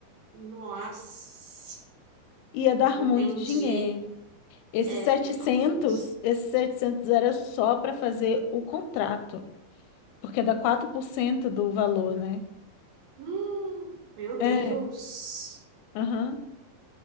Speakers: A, on the right; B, on the left.
A: Nossa,
B: Ia dar
A: entendi.
B: muito dinheiro. Esses
A: É,
B: setecentos
A: realmente.
B: esses setecentos era só para fazer o contrato, porque dá 4% do valor, né?
A: Hum, meu
B: É,
A: Deus.
B: aham.